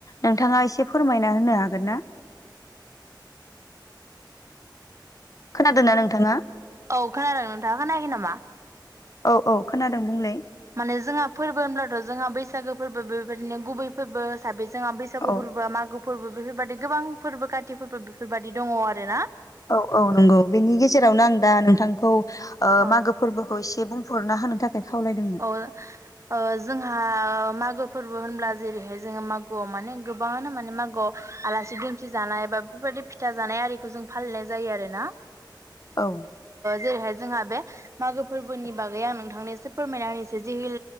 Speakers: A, on the left; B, on the right.
A: नोंथाङा एसे फोरमायना होनो हागोन ना खोनादों ना नोंथाङा
B: औ खोनादों नोंथाङा खोनायाखै नामा
A: औ औ खोनादों बुंलाय
B: माने जोंहा फोरबो होनब्लाथ' जोंहा बैसागो फोरबो बेबायदिनो गुबै फोरबो हिसाबै जोंहा बैसागु
A: औ
B: फोरबो बा मागो फोरबो बेफोरबायदि गोबां फोरबो काति फोरबो बेफोरबायदि दङ आरो ना
A: औ औ नंगौ बेनि गेजेरावनो आं दा नोंथांखौ
B: औ
A: मागो फोरबोखौ एसे बुं फोरना होनो थाखाय खावलायदों
B: <unintelligible> जोंहा मागो फोरबो होनब्ला जेरैहाय जोङो मागोआव माने गोबाङानो माने मागोआव आलासि दुमसि जानाय बा बेफोरबायदि फिथा जानाय आरिखौ जों फालिनाय जायो आरो ना
A: औ
B: जेरैहाय जोंहा बे मागो फोरबोनि बागै आं नोंथांनो एसे फोरमायना होनोसै जिहे